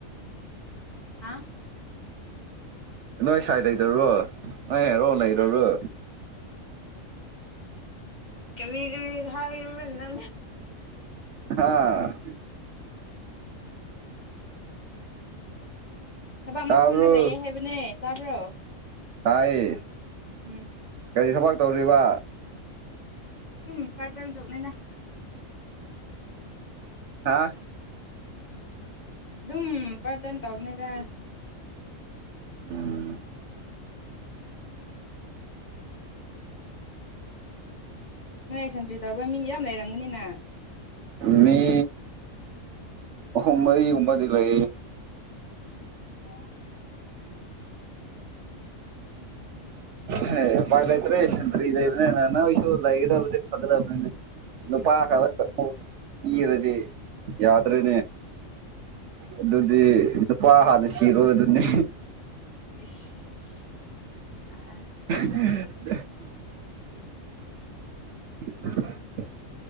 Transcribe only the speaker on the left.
ꯑ
ꯀꯂꯒꯒ ꯍꯥꯏ ꯏꯕꯅꯤ ꯅ
ꯊꯕꯛ
ꯃꯐꯝꯗ ꯂꯩꯌꯦ ꯍꯥꯏꯕꯅꯦ ꯇꯥꯕ꯭ꯔꯣ
ꯎꯝ
ꯎꯝ ꯄꯔ ꯇꯥꯏꯝ ꯆꯧꯅꯅ
ꯑꯗꯨꯝ ꯄꯔꯗꯟ ꯇꯧꯅꯤꯗ
ꯅꯣꯏ ꯁꯟꯇ꯭ꯔꯤ ꯇꯧꯕ ꯃꯤ ꯌꯥꯝ ꯂꯩꯔꯝꯒꯅꯤꯅ
ꯑꯝ
ꯏꯁ ꯑ